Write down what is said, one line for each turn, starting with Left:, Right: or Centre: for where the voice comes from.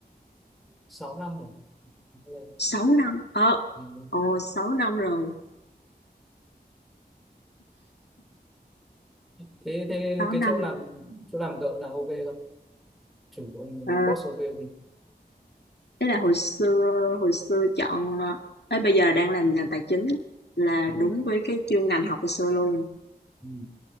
Centre: sáu năm rồi lên
Left: sáu năm. Ờ,
Centre: thì mình-
Left: ồ 6 năm rồi.
Centre: thế thế
Left: sáu
Centre: cái
Left: năm.
Centre: chỗ làm chỗ làm gợ là ok không chủ của ông
Left: Ờ
Centre: làm boss ok gì
Left: thế là hồi xưa hồi xưa chọn ờ, ấy bây giờ là đang làm ngành tài chính là
Centre: ừ.
Left: đúng với cái chuyên ngành học hồi xưa luôn
Centre: Ừ.